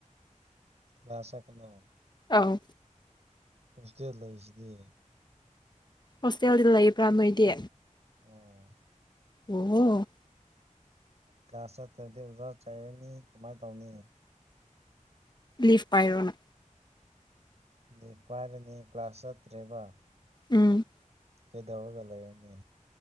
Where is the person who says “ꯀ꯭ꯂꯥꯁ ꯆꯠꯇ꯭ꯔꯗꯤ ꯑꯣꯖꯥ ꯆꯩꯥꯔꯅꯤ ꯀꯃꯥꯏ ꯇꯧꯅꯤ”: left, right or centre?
Right